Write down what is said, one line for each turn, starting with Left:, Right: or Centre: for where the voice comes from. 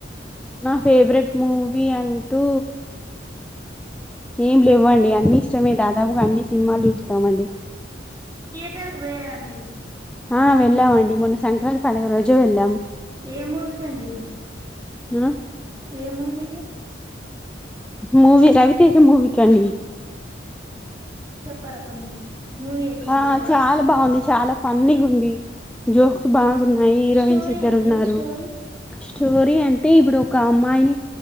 Centre: నా ఫేవరెట్ మూవీ అంటూ ఏం లేవండి అన్ని ఇష్టమే దాదాపుగా అన్ని సినిమాలు చూస్తామండి.
Right: టర్ వోయారా అండి
Centre: ఆ వెళ్ళామండి మొన్న సంక్రాంతి పండుగ రోజే వెళ్ళాం
Right: ఏ మూవీకండి
Centre: ఆ
Right: ఏ మూవీకి
Centre: మూవీ రవితేజ మూవీకి అండి
Right: పర కొన్ని మూవీ ఎట్లుంటుందో
Centre: ఆ చాలా బాగుంది చాలా ఫన్నీగుంది జోక్స్ బాగు న్నాయి హీరోయిన్స్
Right: స్టోరీ
Centre: ఇద్దరు
Right: అండి
Centre: ఉన్నారు
Right: స్టోరీ
Centre: స్టోరీ అంటే ఇప్పుడు ఒక అమ్మాయిని